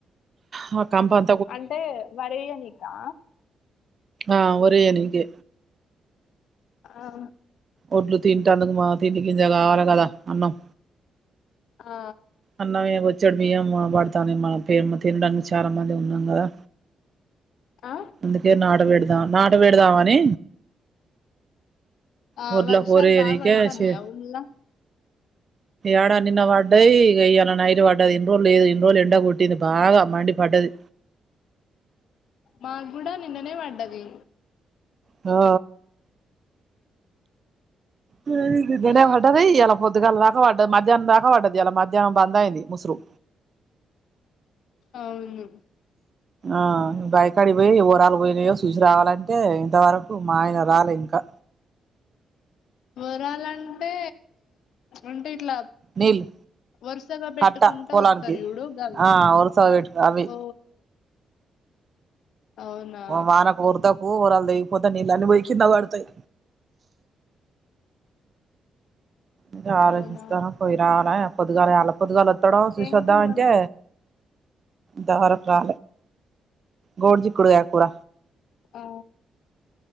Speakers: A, on the right; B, on the left.
A: హా కంపం
B: అంటే వరి ఎనికా
A: ఆ వరి ఎనికే
B: ఆ
A: ఒడ్లు తింటాను మా దీనికింత కావాలి కదా అన్నం
B: ఆ
A: అన్నము వచ్చాడు బియ్యం పడతానే మేమ తినడానికి చాలా మంది ఉన్నాం కదా
B: ఆ
A: నీకే నాడ పెడదాం నాడ పెడదాం అని
B: ఆ
A: గుడ్ల
B: వర్షాలు
A: కూర చేయనీకే
B: బాగా పడతాన్నాయా
A: చే
B: ఊర్లా
A: ఏడ నిన్న పడ్డయి ఇవాళ నైట్ పడ్డది లిబో లేదు లిబో లేడా కొట్టింది బాగా మండి పడ్డది
B: మాకు కూడా నిన్ననే పడ్డది
A: ఆ నిన్ననే
B: ఆ
A: పడ్డది ఇయల పొద్దుగాల దాకా పడ్డది మధ్యాహ్నం దాకా పడ్డది ఇయల మధ్యాహ్నం బంద్ అయింది ముసురు
B: అవును
A: ఆ బయకాడి పోయి వరాలు ఉదయం చూసి రావాలంటే ఇంతవరకు మా ఆయన రాలేదు ఇంకా
B: వరాలంటే అంటే ఇట్లా
A: నీళ్ళు
B: వరుసగా పెట్టుకుంటా
A: కట్ట పొలానికి
B: వస్తారు చూడు గాళ్లు
A: ఆ వరుస పెట్టు అవి
B: ఓ అవునా
A: వానకు వరదకు వరల్ తెగిపోతే నీళ్లు అన్ని పోయి కింద పడతాయి ఇకా ఆలోచిస్తున్న
B: అవునా
A: పోయి రావాలా పొదుగాల అళ్ళ పొదుగాల ఎక్కడో చూసొవద్దామంటే
B: ఏం కూర వండిర్రు
A: అంటే దేవరంలా గోడి చిక్కుడుకాయ కూర
B: ఓ